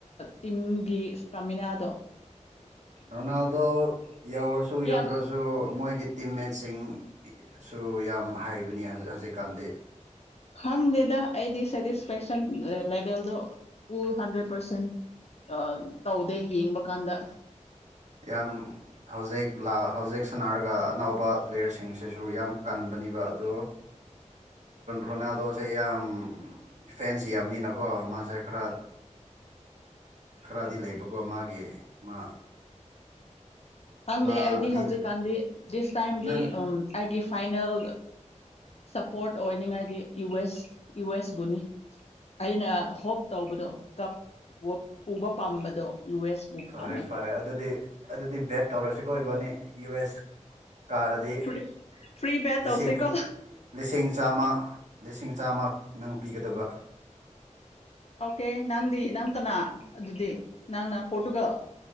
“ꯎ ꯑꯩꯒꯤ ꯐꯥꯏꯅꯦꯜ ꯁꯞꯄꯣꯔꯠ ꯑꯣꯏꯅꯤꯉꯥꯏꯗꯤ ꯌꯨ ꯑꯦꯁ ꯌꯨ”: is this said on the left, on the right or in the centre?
Left